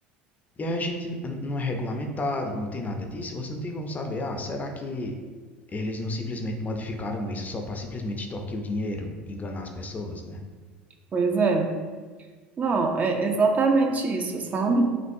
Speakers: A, on the left; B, on the right.
A: E aí a gente n- não é regulamentado, não tem nada disso, você não tem como saber, ah, será que eles não simplesmente modificaram isso só para simplesmente extorquir o dinheiro, enganar as pessoas, né?
B: Pois é. Não, é exatamente isso, sabe?